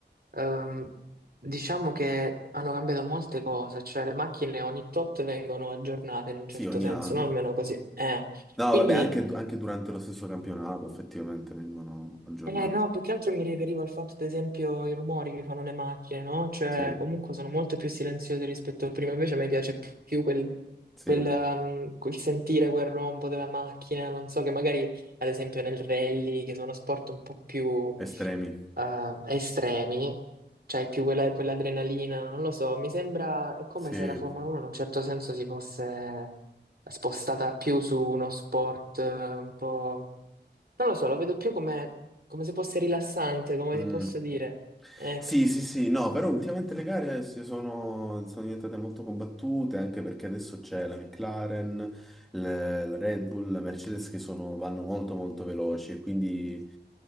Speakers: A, on the right; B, in the centre.
A: ehm, diciamo che hanno cambiato molte cose, cioè le macchine ogni tot vengono aggiornate in un
B: Sì,
A: certo
B: ogni
A: senso,
B: anno.
A: no? Almeno così. Eh.
B: No,
A: Quindi
B: vabbè, anche, anche durante lo stesso campionato effettivamente vengono aggiornate.
A: Eh no, più che altro mi riferivo al fatto, ad esempio, i rumori che fanno le macchine, no? Cioè,
B: Sì,
A: comunque sono molto più silenziose rispetto a prima, invece a me piace più quel,
B: sì,
A: quel, um, quel sentire quel rombo della macchina, non so, che magari, ad esempio, nel rally, che sono sport un po' più
B: estremi.
A: eh, estremi, cioè più quella, quell'adrenalina, non lo so, mi sembra, è come
B: Sì.
A: se la Formula 1 in un certo senso si fosse spostata più su uno sport eh, un po'... Non lo so, lo vedo più come, come se fosse rilassante, come
B: Mm.
A: ti posso dire. Ecco.
B: Sì, sì, sì, no, però ultimamente le gare si sono, sono diventate molto combattute anche perché adesso c'è la McLaren, le- la Red Bull, la Mercedes che sono- vanno molto molto veloci e quindi